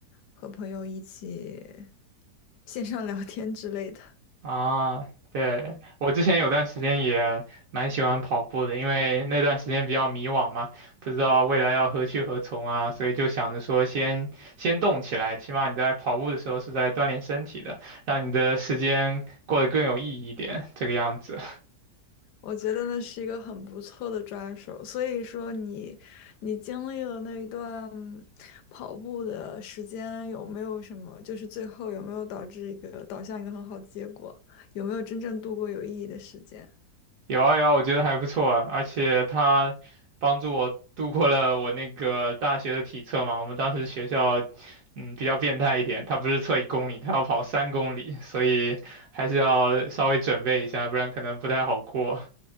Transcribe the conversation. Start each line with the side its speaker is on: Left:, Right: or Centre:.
Left: 和朋友一起线上聊天之类的。
Right: 啊，对，我之前有段时间也蛮喜欢跑步的，因为那段时间比较迷惘嘛，不知道未来要何去何从啊，所以就想着说先先动起来，起码你在跑步的时候是在锻炼身体的，让你的时间过得更有意义一点，这个样子。
Left: 我觉得那是一个很不错的抓手，所以说你，你经历了那一段嗯跑步的时间，有没有什么，就是最后有没有导致一个导向一个很好的结果？有没有真正度过有意义的时间？
Right: 有啊有啊，我觉得还不错啊，而且他帮助我度过了我那个大学的体测嘛。我们当时学校，嗯，比较变态一点，他不是测一公里，他要跑三公里，所以还是要稍微准备一下，不然可能不太好过。